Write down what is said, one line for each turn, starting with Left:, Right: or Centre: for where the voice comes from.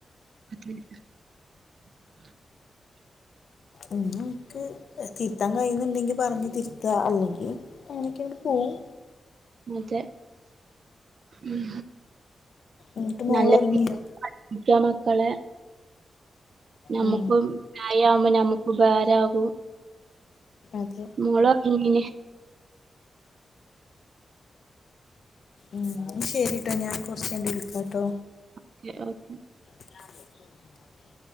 Right: അ <unintelligible>
Left: ഒന്നിൻക്ക് തിരുത്താൻ കഴിയുന്നുണ്ടെങ്കി പറഞ് തിരുത്ത അല്ലെങ്കി എനക്ക് എവിടെ പോവും
Right: മറ്റേ ഉം
Left: എന്നിട്ട് മോൾ
Right: നല്ല
Left: ഉറങ്ങിയോ
Right: ഠിക്കാ ക്കളെ നമുക്ക്
Left: ആ
Right: പ്രായവു നമുക്ക് ഉപകാരാകും
Left: അതെ
Right: മോളൊർങ്ങി പിന്നെ
Left: ഉ ശരി കേട്ടോ ഞാൻ കുറച്ച്കഴിഞ്ഞു വിളിക്കാട്ടോ
Right: ഓക്കെ ഓക്കെ
Left: ലാ